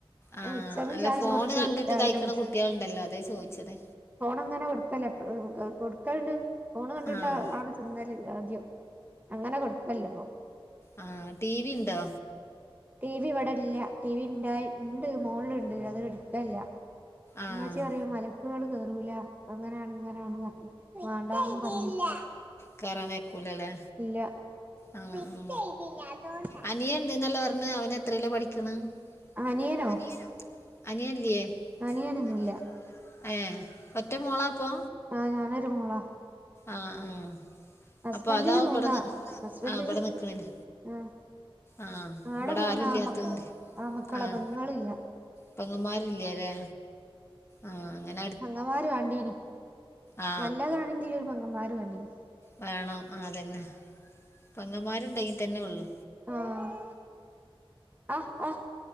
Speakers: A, on the left (about 25°); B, on the right (about 20°).
A: ആഹ്
B: മിച്ചറും
A: അല്ല
B: ചായയും
A: ഫോണ്
B: കൊറച്ച്
A: കണ്ടിട്ട്
B: രാവിലെ
A: കഴിക്കണ കുട്ട്യേൾ ണ്ടല്ലോ അതെ ചോയ്ച്ചത്
B: ഫോണങ്ങനെ കൊടുക്കല്ലേപ്പോഴും കൊടുക്കല്ണ്ട് ഫോൺ കണ്ടിട്ട്
A: ആഹ്
B: ആണ് തിന്നല് ആദ്യോ അങ്ങനെ കൊടുക്കല് ല്ലപ്പോ.
A: ആ ടി വി ണ്ടോ
B: ടിവി ഇവിടെ ഇല്ല ടി വി ണ്ടായി ണ്ട് മോളില്ണ്ട് അതിട്ക്കലില്ല.
A: ആഹ്
B: ഉമ്മച്ചി പറയുംമലക്കുകൾ കേറൂല അങ്ങനാണ് ഇങ്ങനാണ് വാണ്ടാന്നു പറഞ്ഞു
A: കേറാനയകൂലലെ
B: ഇല്ല
A: ആ
B: ഫിറ്റ്
A: ആ
B: ചെയ്തില്ല അതോണ്ടാ
A: അനിയണ്ട്ന്നല്ലേറഞ് അവനത്രെലാ പഠി ക്ക്ണ്അനിയനൊ
B: അനിയനോ
A: അനിയനില്ലേ അനിയനോന്നുല്ല
B: അനിയനൊന്നുല്ല
A: ഏ ഒറ്റ മോളാപ്പോ
B: ആഹ് ഞാനൊരുമോളാ
A: ആഹ്ആ
B: ഹസ്ബൻഡിന്
A: അപ്പൊ അതാവു
B: മൂന്നാ
A: വിടെ ന്ന്
B: ഹസ്ബൻഡിന്
A: ആഹ് ഇവിടെ നിക്കണ് ല്ലേ
B: ആഹ്
A: ആഹ്
B: ആടെ
A: ഇവിടെ
B: മൂന്ന്
A: ആരു ഇല്ലാത്തോണ്ട്
B: ആമക്കളാ ആമക്കളാ
A: ആഹ്
B: പെങ്ങളില്ല
A: പെങ്ങമാരില്ലല്ലേ ആഹ് അങ്ങനെ
B: പങ്ങമാര് വാണ്ടീൻ
A: ആ
B: നല്ലതാണെങ്കിലൊരു പങ്ങന്മാര് വേണ്ടീനി
A: വേണം അതന്നെ പെങ്ങമാരുണ്ടെങ്കി തന്നെ ഒള്ളു
B: ആഹ് ആഹ് ആഹ്